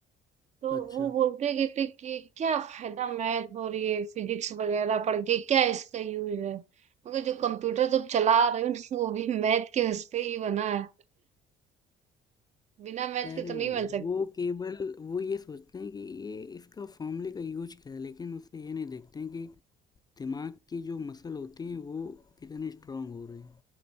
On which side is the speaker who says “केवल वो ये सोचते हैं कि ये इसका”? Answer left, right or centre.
Left